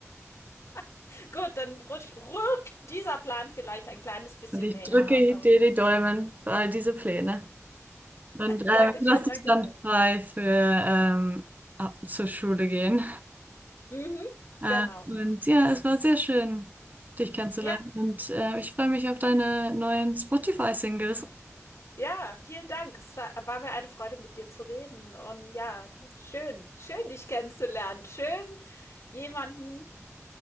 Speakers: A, on the left; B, on the right.
A: <laughs> Gut, dann rutsch, rückt dieser Plan vielleicht ein kleines bisschen
B: Und ich
A: näher
B: drücke dir
A: und
B: die Daumen für all diese Pläne. Und
A: <laughs>
B: äh,
A: Dankeschön,
B: das
A: Dankeschön.
B: ist dann frei für ähm, ab- zur Schule gehen.
A: Mhm,
B: Äh,
A: genau.
B: und ja, es war sehr schön, dich kennenzulernen.
A: Ja,
B: Und äh, ich freue mich auf deine neuen Spotify-Singles.
A: ja, vielen Dank. Es war, war mir eine Freude, mit dir zu reden. Und ja, schön, schön, dich kennenzulernen. Schön, jemanden